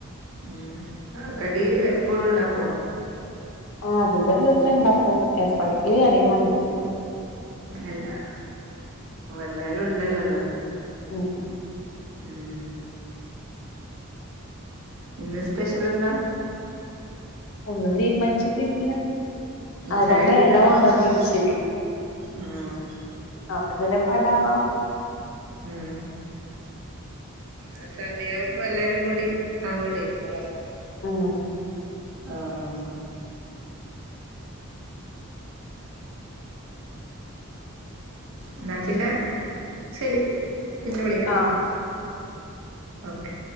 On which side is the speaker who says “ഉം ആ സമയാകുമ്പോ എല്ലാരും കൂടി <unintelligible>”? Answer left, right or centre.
Right